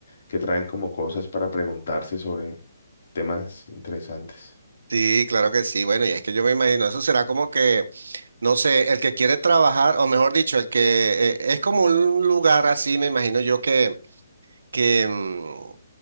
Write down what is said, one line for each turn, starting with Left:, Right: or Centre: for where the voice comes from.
Left: que traen como cosas para preguntarse sobre temas interesantes.
Right: Sí, claro que sí. Bueno, y es que yo me imagino, eso será como que, no sé, el que quiere trabajar, o mejor dicho, el que eh, es como un lugar así, me imagino yo que, que, mm,